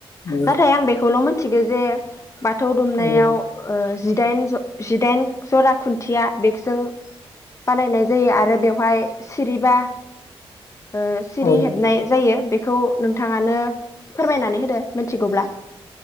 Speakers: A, on the left; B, on the left.
A: औ
B: नाथाय आं बेखौल मोन थिगो जे बाथौ दुमनायाव
A: औ
B: ओ जिदाइन ज जिदाइन जरा खुन्थिया बेकजों बानायनाय जायो आरो बेवहाय सिरिबा ओ सिरि
A: औ औ
B: हेबनाय जायो। खौ नोंथाङानो फोरमायनानै होदो मिथिगौब्ला।